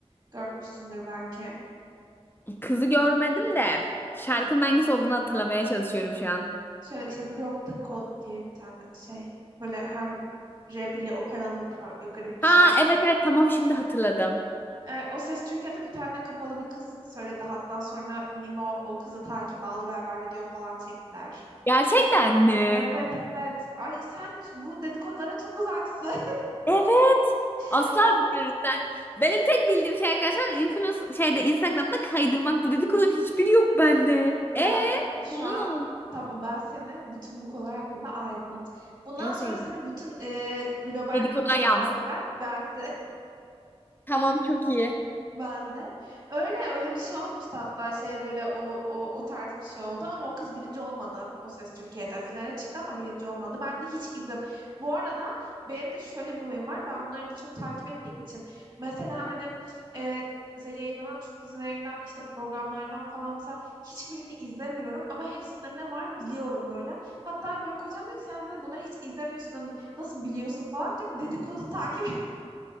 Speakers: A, on the right; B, on the left.
A: Görmüşsündür belki.
B: Kızı görmedim de şarkının hangisi olduğunu hatırlamaya çalışıyorum şu an.
A: Şöyle işte Broke the Code diye bir tane şey. Böyle hem rap ile operalı tar böyle garip bir
B: Ha
A: şarkı.
B: evet evet tamam şimdi hatırladım.
A: Ee, o ses Türkiye'de bir tane kapalı bir kız söyledi. Hatta sonra Nemo o kızı takip aldı beraber video falan çektiler.
B: Gerçekten mi?
A: Evet evet. Ay sen bu dedikodulara çok uzaksın.
B: Evet. Asla
A: <laughs>
B: bilmiyoruz sen. Benim tek bildiğim şey arkadaşlar influencer şeyde Instagram'da kaydırmak. Bu dedikoduların hiçbiri yok bende.
A: Ya
B: E
A: şu
B: sonra
A: an
B: ne oldu?
A: tamam ben seni bütün bu konular hakkında aydınlat. Bundan
B: En
A: sonra
B: sevdiğim.
A: senin bütün e, global
B: Dedikodu
A: dedikodu
B: ayağı
A: malzemen ben
B: Tamam çok iyi.
A: ben de. Öyle öyle bir şey olmuştu hatta şey böyle o, o, o tarz bir şey oldu ama o kız birinci olmadı. O Ses Türkiye'de finale çıktı ama birinci olmadı. Ben de hiç izim. Bu arada benim de şöyle bir huyum var. Ben bunları da çok takip ettiğim için. Mesela hani e, mesela yayınlanan Türk dizilerinden işte programlardan falan mesela hiçbirini izlemiyorum ama hepsinde ne var biliyorum böyle. Hatta böyle kocam diyor ki sen de bunları hiç izlemiyorsun hani nasıl biliyorsun falan diyorum. Dedikodu takip